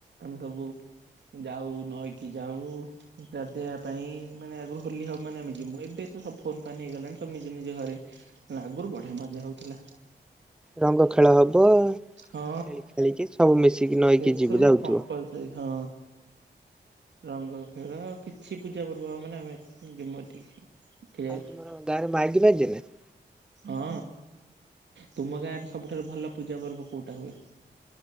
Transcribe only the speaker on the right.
ଆମେ ସବୁ। ଯାଉ ନଇକି ଯାଉ ରାଧେଇବା ପାଇଁ ମାନେ ଆଗରୁ ହୋଲି ହବ ମାନେ ଆମେ ଯମୁ ଏବେ। ସବୁ ଫୋନ ଫାନ ହେଇଗଲାଣି ସବୁ ନିଜ ନିଜ ଘରେ ଆଗରୁ ବଢିଆ ମଜା ହଉଥିଲା।
ହଁ
ସେସବୁ
କମ୍ପଲସରି ହଁ। ରଙ୍ଗ ଖେଳ କିଛି ପୂଜା ପର୍ବ ହବ ମାନେ ଆମେ ଯିମୁ ଏଠିକି। ଖେଳିବାକୁ
ହଁ ତୁମ ଗାଁରେ ସବୁଠାରୁ ଭଲ ପୂଜା ପର୍ବ କୋଉଟା ହୁଏ?